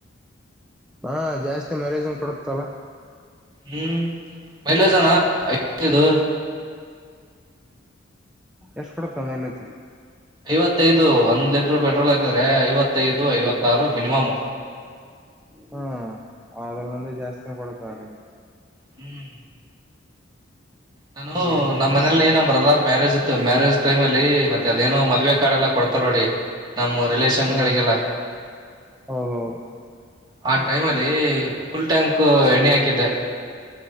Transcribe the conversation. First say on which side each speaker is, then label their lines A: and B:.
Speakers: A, in the centre; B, on the right.
A: ಹಾ ಜಾಸ್ತಿ ಮೇಲೆಜ್ನು ಕೊಡತ್ತಲ್ಲ
B: ಹ್ಮ್ ಮೈಲೇಜ್ ಅಣ್ಣ ಇದು
A: ಎಷ್ಟ ಕೊಡುತ್ತ ಮೈಲೇಜ್
B: ಐವತ್ತದು ಒಂದ್ ಲೀಟರ್ ಪೆಟ್ರೋಲ್ ಹಾಕಿದ್ರೆ ಐವತ್ತದು ಐವತ್ತಾರು ಮಿನಿಮಮ್
A: ಹ್ಮ ಆದ್ರ ಮುಂದೆ ಜಾಸ್ತಿನ ಕೊಡುತ್ತ ಆ ಕಡೆ
B: ಹ್ಮ್ ನಾನು
A: ಹ್ಮ
B: ನಮ್ಮ್ ಮನೇಲಿ ಏ ನಮ್ಮ್ ಬ್ರದರ್ ಮ್ಯಾರೇಜ್ ಇತ್ತು ಮ್ಯಾರೇಜ್ ಟೈಮ್ ಅಲ್ಲಿ ಮತ್ತೆ ಅದೇನೋ ಮದ್ವೆ ಕಾಡೆ ಎಲ್ಲ ಕೊಡ್ತಾರ ನೋಡಿ ನಮ್ಮ ರಿಲೇಷನ್
A: ಹಾ
B: ಗಳಿಗೆಲ್ಲ
A: ಹೌದೌದು
B: ಆ ಟೈಮ್ಲ್ ಫುಲ್ ಟ್ಯಾಂಕ್ ಎಣ್ಣೆ ಹಾಕಿದ್ದೆ